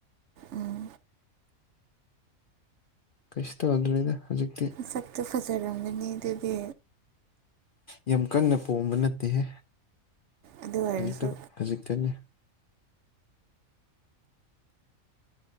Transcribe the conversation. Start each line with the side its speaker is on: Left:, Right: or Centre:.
Right: ꯎꯝ
Left: ꯀꯩꯁ ꯇꯧꯗ꯭ꯔꯦꯗ ꯍꯧꯖꯤꯛꯇꯤ
Right: ꯁꯛꯇꯨ ꯐꯖꯔꯝꯒꯅꯤ ꯑꯗꯨꯗꯤ
Left: ꯌꯥꯝ ꯀꯟꯅ ꯄꯣꯝꯕ ꯅꯠꯇꯦꯍꯦ
Right: ꯑꯗꯨ ꯑꯣꯏꯔꯁꯨ
Left: ꯈꯖꯤꯛꯇꯪ ꯈꯖꯤꯛꯇꯅꯦ